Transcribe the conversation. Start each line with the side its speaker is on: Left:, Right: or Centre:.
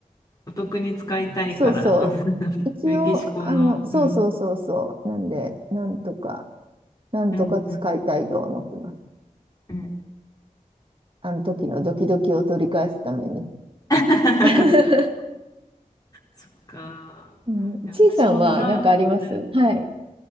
Left: お得に使いたいから、
Right: そうそう。
Left: <laughs>
Right: 一応、
Left: メキシコの、
Right: あの、そうそうそうそう。
Left: うん。
Right: なんで、なんとか、なんとか使いたいとは思ってます。
Left: うんうんうん。
Right: あの時のドキドキを取り返すために。
Left: <laughs>
Right: <laughs>
Left: そっか。
Right: うん、
Left: いや私もトラブル、
Right: ちいさんは何かありますはい。